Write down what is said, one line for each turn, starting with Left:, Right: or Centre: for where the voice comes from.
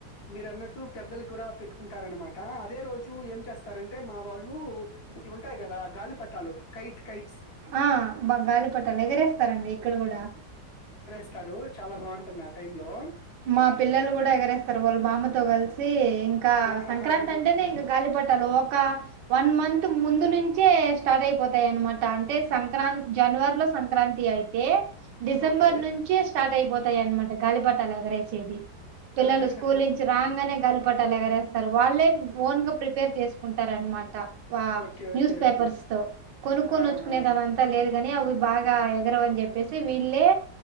Left: మీరు అన్నట్టు పెద్దల కూడా పెట్టుకుంటార అనమాట అదే రోజు ఏం చేస్తారంటే మా వాళ్ళు ఇవి ఉంటాయి కదా గాలి పటాలు కైట్ కైట్స్
Right: ఆ బ గాలిపట ఎగరాశారు ఇక్కడ కూడా
Left: స్తారు చాలా బాగుంటుంది ఆ టై లో
Right: మా పిల్లలు కూడా ఎగరేస్తారు వాళ్ళ మాామతో కలిసి ఇంకా
Left: ఆహాహా
Right: సంక్రాంతి అంటేనే
Left: ఓకే
Right: ఇంకా గాలిపట్టాల ఒక వన్ మంత్ ముందు నుంచి మంచే స్టార్ట్ అయిపోతాయి అనమాట అంటే సంక్రాంతి జనవరిలో సంక్రాంతి అయితే డిసెంబర్
Left: ఓకే
Right: నుంచే స్టార్ట్ అయిపోతాయి అనమాట గాలిపట్టాలు ఎగరైతే పిల్లలు
Left: ఆహాహా
Right: స్కూల్ నుంచి రాగానే గ పగరేస్తారుళ్ళ ఓన్గా ప్రిపేర్ చే కుంటారనమాట ఆ
Left: okay. Okay.
Right: News
Left: okay.
Right: Papers తో కొనుక్కొని
Left: ఆ!
Right: వచ్చుకునేది
Left: ఆ!
Right: అదంతా లేదు ని అవి బాగా ఎగరని చెప్పే వీళ్ళే